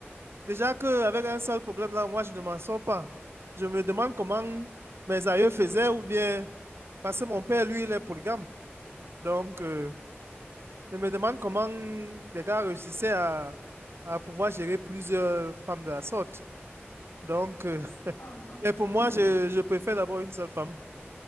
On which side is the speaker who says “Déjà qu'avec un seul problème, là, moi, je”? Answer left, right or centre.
Right